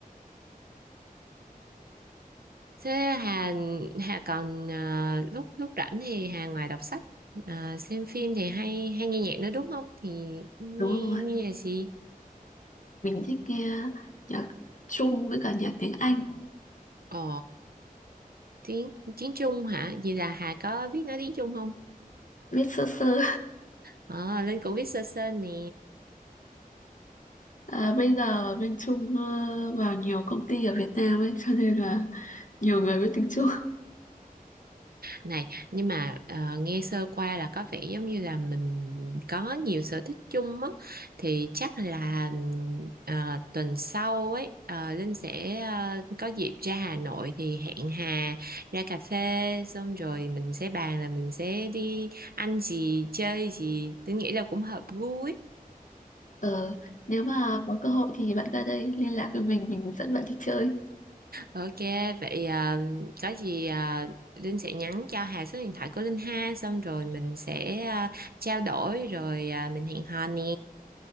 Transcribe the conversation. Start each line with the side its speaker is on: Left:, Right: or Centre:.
Right: Thế Hà Hà còn à, lúc lúc rảnh thì Hà ngoài đọc sách à, xem phim thì hay hay nghe nhạc nữa đúng không? Thì nghe
Left: đúng rồi
Right: nghe là gì?
Left: Mình thích nghe nhạc Trung với cả nhạc tiếng Anh
Right: Ờ tiếng tiếng Trung hả? Vậy là Hà có biết nói tiếng Trung không?
Left: biết sơ sơ
Right: Ờ Linh cũng biết sơ sơ nè.
Left: à, bây giờ bên Trung ờ, vào nhiều công ty ở Việt Nam ấy cho nên là nhiều người biết tiếng Trung
Right: Này, nhưng mà ờ, nghe sơ qua là có vẻ giống như là mình có nhiều sở thích chung á thì chắc là ờ, tuần sau ấy ờ, Linh sẽ ờ, có dịp ra Hà Nội thì hẹn Hà ra cà phê xong rồi mình sẽ bàn là mình sẽ đi ăn gì chơi gì tôi nghĩ là cũng hợp gu ấy.
Left: ờ, nếu mà có cơ hội thì bạn ra đây liên lạc với mình mình dẫn bạn đi chơi
Right: Ok, vậy ờ, có gì ờ, Linh sẽ nhắn cho Hà số điện thoại của Linh ha xong rồi mình sẽ ờ, trao đổi rồi ờ, mình hẹn hò nè.